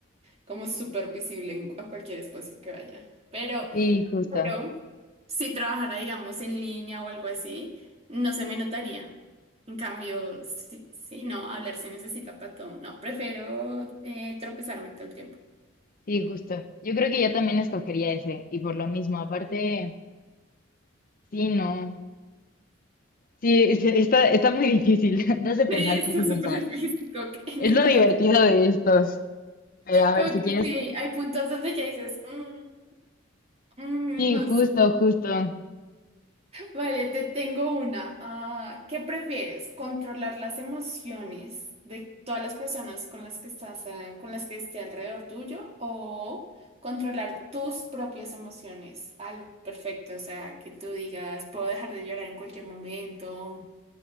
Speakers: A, on the right (about 30°); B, on the left (about 45°).
A: como súper visible en- a cualquier espacio que vaya. Pero,
B: sí, justo,
A: pero Si trabajara, digamos, en línea o algo así, no se me notaría. En cambio, sí, sí, no, hablar se necesita para todo. No, prefiero eh, tropezarme todo el tiempo. <laughs>
B: sí, justo. Yo creo que yo también escogería ese, y por lo mismo, aparte, sí, no. Sí, es- está, está muy difícil. <laughs> Te hace pensar,
A: Sí, esto
B: te hace
A: es
B: pensar.
A: súper difícil, como que en
B: Es
A: ninguna.
B: lo divertido de estos. Pero a
A: Como
B: ver, si
A: que
B: quieres.
A: sí, hay puntos donde ya dices, "Mm, mm,
B: Sí,
A: no
B: justo,
A: sé.
B: justo.
A: Vale, te tengo una. Ah, ¿qué prefieres? ¿Controlar las emociones de todas las personas con las que estás, ah, con las que esté alrededor tuyo o controlar tus propias emociones al perfecto? O sea, que tú digas, puedo dejar de llorar en cualquier momento,